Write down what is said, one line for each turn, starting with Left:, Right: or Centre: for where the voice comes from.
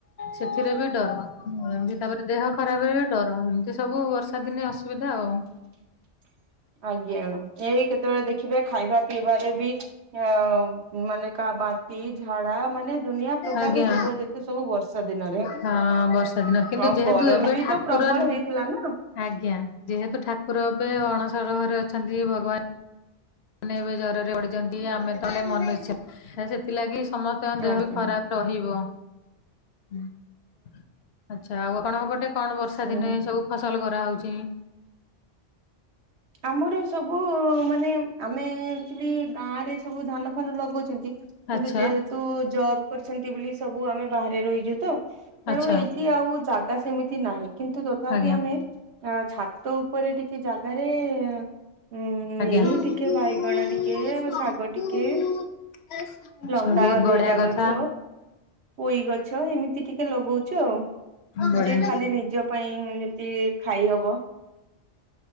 Left: ସେଥିରେ ବି ଡର ଏମତି ତାପରେ ଦେହ ଖରାପରେ ବି ଡର ଏମିତି ସବୁ ବର୍ଷ। ବର୍ଷା ଦିନେ ଅସୁବିଧା ଆଉ।
Right: ଆଜ୍ଞା ଏଇ କେତେବେଳେ ଦେଖିବେ ଖାଇବା ପିଇବାରେ ବି। ଅ ମାନେ କା ବା ବାନ୍ତି ଝାଡା ମାନେ ଦୁନିଆ ପ୍ରକାର
Left: ଆଜ୍ଞା।
Right: ରୋଗ ଯେତେ ସବୁ ବର୍ଷା ଦିନରେ।
Left: ହଁ ବର୍ଷା ଦିନ କିନ୍ତୁ
Right: ଆଉ
Left: ଯେହେତୁ
Right: ଗରମ
Left: ଏବେ
Right: ବି
Left: ଠାକୁର
Right: ତ ପ୍ରବଳ ହେଇଥିଲା ନା
Left: ଆଜ୍ଞା ଯେହେତୁ ଠାକୁର ଏବେ ଅଣସର ଘରେ ଅଛନ୍ତି ଭଗବାନ ମାନେ ଏବେ ଜ୍ୱରରେ ପଡିଛନ୍ତି ଆମେ ତାହଲେ ମନ ଇଚ୍ଛା ସେଥିଲାଗି ସମସ୍ତଙ୍କ ଦେହ
Right: ଆଜ୍ଞା
Left: ବି ଖରାପ। ରହିବ। ଆଚ୍ଛା, ଆଉ ଆପଣଙ୍କ ପଟେ କଣ ବର୍ଷା
Right: ହୁଁ।
Left: ଦିନେ ସବୁ ଫସଲ କରାହଉଛି।
Right: ଆମର ସବୁ ମାନେ ଆମେ ଆଚୂୟାଲି ଗାଁରେ ସବୁ ଧାନ ଫାନ ଲଗାଉଛନ୍ତି। କିନ୍ତୁ
Left: ଆଚ୍ଛା
Right: ଯେହେତୁ ଜବ କରିଛନ୍ତି ବୋଲି ସବୁ ଆମେ ବାହାରେ ରହିଛୁ ତ ତେଣୁ
Left: ଆଚ୍ଛା
Right: ଏଇ ସିଏଆଉ ଜାଗା ସେମିତି ନାହିଁ କିନ୍ତୁ ତଥାପି
Left: ଆଜ୍ଞା
Right: ଆମେ ଅ ଛାତ ଉପରେ ଟିକେ ଜାଗା। ରେ ଉ
Left: ଆଜ୍ଞା।
Right: ଏଇ
Left: ଆଚ୍ଛା
Right: ଟିକେ ବାଇଗଣ ଟିକେ ଶାଗ ଟିକେ ଲଙ୍କା
Left: ବହୁତ ବଢିଆ
Right: ଦିଟା
Left: କଥା।
Right: ଗଛ। ପୋଇ ଗଛ ଏମିତି ଟିକେ ଲଗଉଛୁ ଆଉ
Left: ବଢିଆ।
Right: ଯେ ଖାଲି ନିଜ ପାଇଁ ଯେମତି ଖାଇ ହବ।